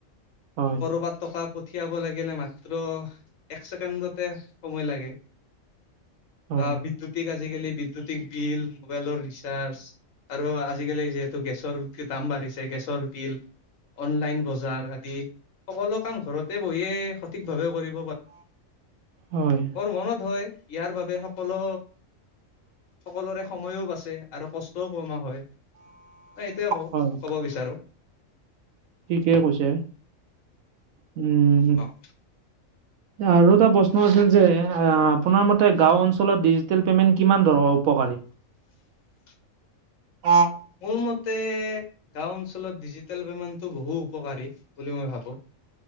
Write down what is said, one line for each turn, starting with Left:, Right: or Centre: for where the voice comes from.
Right: হয়,
Left: কৰবাত টকা পঠিয়াব লাগিলে মাত্ৰ এক ছেকেণ্ডতে সময় লাগে
Right: হয়,
Left: বা বিদ্যুৎক বিল আজিকালি বিদ্যুকতিক বিল মোবাইলৰ ৰিচাৰ্জ আৰু আজিকালি যিহেতু গেছৰ দাম বাঢ়িছে গেছৰ বিল অনলাইন বজাৰ আদি সকলো কাম ঘৰতে বহিয়ে সঠিকভাৱে কৰিব মোৰ
Right: হয়।
Left: মনত হয় ইয়াৰ বাবে সকলো সকলোৰে সময়ও বাচে আৰু কষ্টও কমোৱা হয়। এইটোয়ে কওঁ
Right: হয়,
Left: কব বিচাৰো
Right: ঠিকে কৈছে, উম,
Left: অ',
Right: আৰু এটা প্ৰশ্ন আছিল যে আপোনাৰ মতে গাঁও অঞ্চলত ডিজিটেল পেমেন্ট কিমান ধৰ কৰে
Left: <unintelligible>
Right: অ',
Left: মোৰ মতে গাঁও অঞ্চলত ডিজিটেল পেমেণ্টটো বহু উপকাৰী বুলি মই ভাবো